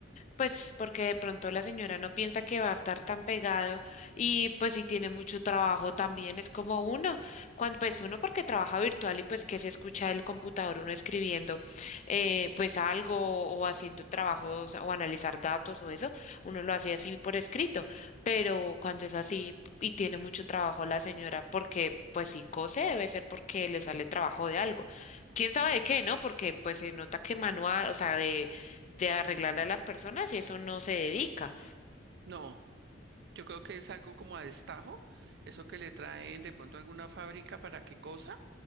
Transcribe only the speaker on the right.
No. Yo creo que es algo como a destajo, eso que le traen de pronto a alguna fábrica para qué cosa,